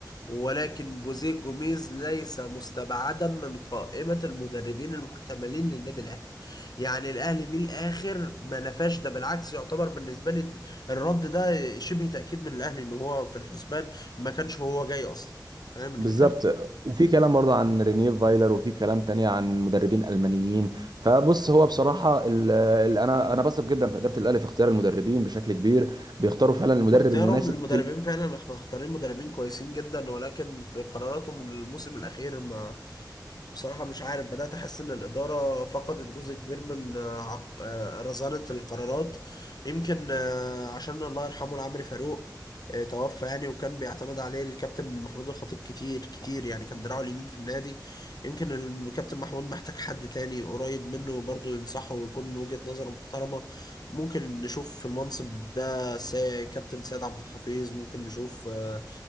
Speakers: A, on the left; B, on the right.
A: ولكن جوزيه جوميز ليس مستبعدا من قائمة المدربين المحتملين للنادي الأهلي يعني الأهلي من الآخر ما نفاش ده بالعكس يعتبر بالنسبة لي الرد ده شبه تأكيد من الأهلي إن هو في الحسبان ما كانش هو جاي أصلا فاهم الفكرة؟
B: بالظبط وفي كلام برضه عن رينيه فايلر وفي كلام تاني عن مدربين المانيين فبص هو بصراحه ال ال انا انا بثق جدا في اداره الاهلي في اختيار المدربين بشكل كبير بيختاروا فعلا المدرب
A: اختيارهم
B: المناسب
A: للمدربين
B: في ال-
A: فعلا اخ- مختارين مدربين كويسين جدا ولكن في قراراتهم الموسم الاخير ما بصراحة مش عارف بدأت أحس إن الإدارة فقدت جزء كبير من آه، عق- آه، رزانة القرارات يمكن آه، عشان الله يرحمه العمري فاروق آه، توفى يعني وكان بيعتمد عليه الكابتن محمود الخطيب كتير كتير يعني كان دراعه اليمين في النادي يمكن الكابتن محمود محتاج حد تاني قريب منه برضه ينصحه ويكون وجهة نظره محترمة ممكن نشوف في المنصب ده سا- كابتن سيد عبد الحفيظ ممكن نشوف آه،